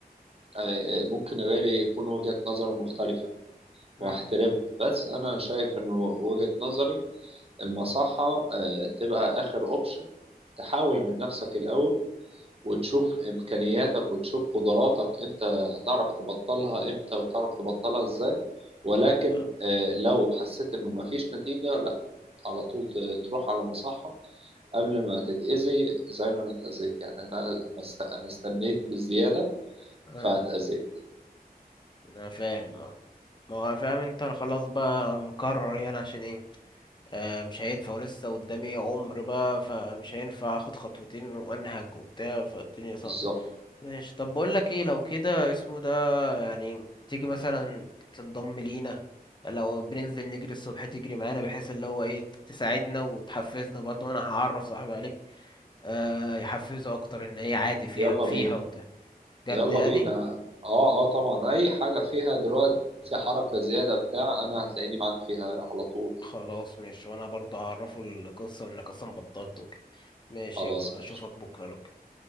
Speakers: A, on the right; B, on the left.
A: آه، ممكن غيري يكون وجهة نظره مختلفة
B: مم،
A: وأحترمها بس أنا شايف إنه وجهة نظري المصحة آه، تبقى آخر أوبشن تحاول من نفسك الأول وتشوف إمكانياتك وتشوف قدراتك أنت هتعرف تبطلها إمتى وتعرف تبطلها إزاي ولكن
B: اه
A: آه، لو حسيت إنه مفيش نتيجة لا على طول تروح على مصحة قبل ما تتأذي زي ما انا اتأذيت يعني انا ما است- انا استنيت بالزيادة
B: اه
A: فاتأذيت
B: انا فاهم اه ما هو فاهم انت أنا خلاص بقى مكرر يعني عشان ايه آه، مش هينفع ولسه قدامي عمر بقى فمش هينفع اخد خطوتين وانهج وبتاع فالدنيا صعبة
A: بالظبط
B: ماشي طب بقول لك ايه لو كده اسمه ده يعني تيجي مثلا تنضم لينا لو بننزل نجري الصبح تجري معانا بحيث اللي هو ايه تساعدنا وتحفزنا برضو انا هعرف صاحبي عليك آه يحفزه اكتر ان هي عادي فيها
A: يلا
B: فيها
A: بينا
B: وبتاع جد
A: يلا
B: يعني
A: بينا اه اه طبعا اي حاجة فيها دلوقتي حركة زيادة بتاع انا هتلاقيني معاك فيها على طول يعني
B: خلاص ماشي وانا برضو هعرفه القصة وانك اصلا بطلت وكده ماشي
A: خلاص
B: يابا اشوفك
A: ماشي
B: بكرة لو كده